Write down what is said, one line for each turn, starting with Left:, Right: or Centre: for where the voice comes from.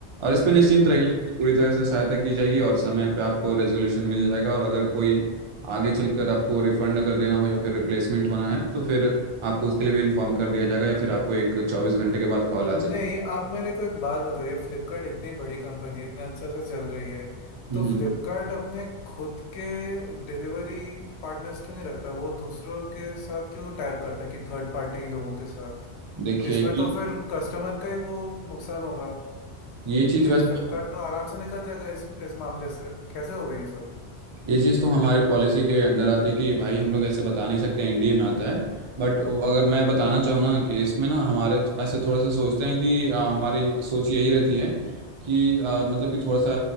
Right: और इस पे निश्चिंत
Left: हाँ
Right: रहिए कि पूरी तरह से सहायता की जाएगी और समय पे आपको रेजोल्यूशन मिल जाएगा और अगर कोई आगे चलकर आपको रिफंड अगर देना हो या फिर रिप्लेसमेंट होना है तो फिर आपको उसके लिए भी इन्फॉर्म कर दिया जाएगा या फिर आपको एक चौबीस घंटे के बाद कॉल
Left: नहीं
Right: आ जाए
Left: आप मेरे को एक बात बताइए फ्लिपकार्ट इतनी बड़ी कंपनी इतना अच्छे से चल रही है
Right: हम्म
Left: तो फ्लिपकार्ट अपने खुद के डिलीवरी पार्टनर्स क्यों नहीं रखता वो दूसरों के साथ क्यों टाइप करता है कि थर्ड पार्टी लोगों के साथ
Right: देखिए
Left: इसमें तो फिर कस्टमर का ही वो नुकसान होगा
Right: ये चीज
Left: फिर
Right: वैसे
Left: फ्लिपकार्ट तो आराम से निकल जाएगा इस इस मामले से कैसे होगा ये सब
Right: ये चीज़ तो हमारी पॉलिसी के अंडर आती है कि भाई हम लोग ऐसे बता नहीं सकते एनडीए में आता है बट अगर मैं बताना चाहूँ ना कि इसमें ना हमारे ऐसे थोड़ा सा सोचते हैं कि अ, हमारी सोच यही रहती है कि अ, मतलब कि थोड़ा सा